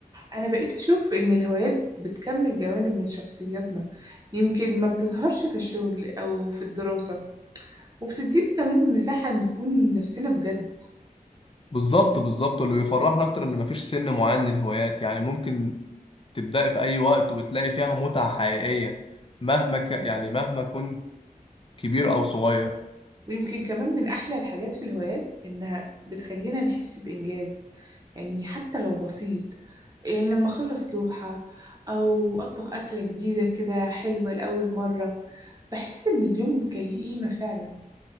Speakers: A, on the right; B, on the left.
A: أنا بقيت أشوف إن الهوايات بتكمل جوانب من شخصياتنا يمكن ما بتظهرش في الشغل أو في الدراسة وبتدينا كمان مساحة نكون نفسنا بجد
B: بالظبط بالظبط واللي بيفرحنا أكتر إن مفيش سن معين للهوايات يعني ممكن تبدأي في أي وقت وتلاقي فيها متعة حقيقية مهما ك... يعني مهما كنت كبير أو صغير
A: ويمكن كمان من أحلى الحاجات في الهوايات إنها بتخلينا نحس بإنجاز يعني حتى لو بسيط يعني لما أخلص لوحة أو أطبخ أكلة جديدة كده حلوة لأول مرة بحس إن اليوم كان ليه قيمة فعلا